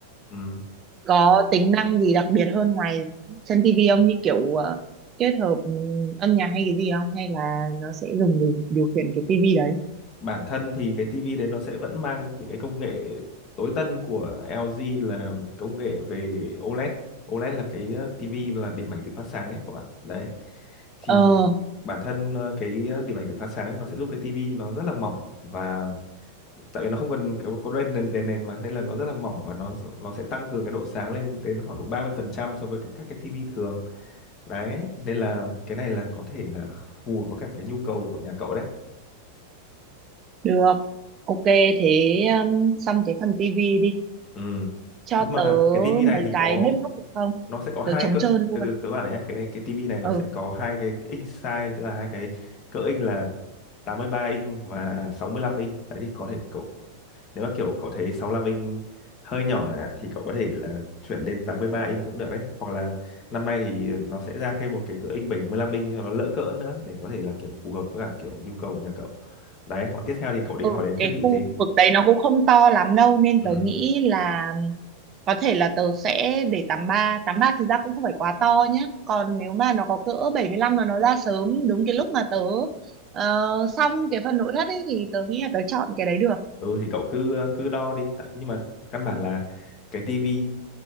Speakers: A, on the left (about 35°); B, on the right (about 30°).
A: Ừm,
B: có tính năng gì đặc biệt hơn ngoài trên tivi không như kiểu ờ, kết hợp ừ, âm nhạc hay cái gì không hay là nó sẽ dùng để điều khiển cái tivi đấy
A: bản thân thì cái tivi đấy nó sẽ vẫn mang những cái công nghệ tối tân của LG là công nghệ về OLED OLED là cái ờ, tivi là điểm ảnh tự phát sáng ấy các bạn đấy thì
B: ờ
A: bản thân ờ, cái ờ, điểm ảnh tự phát sáng thì nó sẽ giúp cái tivi nó rất là mỏng và tại vì nó không cần kiểu có đèn nền, đèn nền mà nên là nó rất là mỏng và nó nó sẽ tăng cường cái độ sáng lên đến khoảng độ 30% so với các các cái tivi thường đấy nên là cái này là có thể là phù hợp với cả cái nhu cầu của nhà cậu đấy
B: được ok thế um, xong cái phần tivi đi
A: ừ
B: cho
A: nhưng mà
B: tớ
A: cái tivi này
B: mấy
A: thì
B: cái
A: có
B: bếp núc được không
A: nó sẽ có hai
B: tớ trống
A: cỡ
B: trơn luôn
A: từ từ tớ bảo này nhá cái này cái tivi này nó
B: ừ
A: sẽ có hai cái inch size tức là hai cái cỡ inch là 83 inch và 65 inch đấy thì có thể cậu nếu mà kiểu cậu thấy 65 inch hơi nhỏ ạ, thì cậu có thể là chuyển lên 83 inch cũng được đấy hoặc là năm nay thì nó sẽ ra thêm một cái cỡ inch 75 inch cho nó lỡ cỡ nữa để có thể là kiểu phù hợp với cả kiểu nhu cầu của nhà cậu đấy còn tiếp theo thì cậu định
B: ừ
A: hỏi đến
B: cái
A: thiết bị
B: khu
A: gì
B: vực đấy nó cũng không to lắm đâu nên
A: ừ
B: tớ nghĩ là có thể là tớ sẽ để 83 ba thực ra cũng không phải quá to nhé còn nếu mà nó có cỡ 75 là nó ra sớm đúng cái lúc mà tớ ờ, xong cái phần nội thất ấy thì tớ nghĩ là tớ chọn cái đấy được
A: ừ thì cậu cứ ờ, cứ đo đi tại nhưng mà căn bản là cái tivi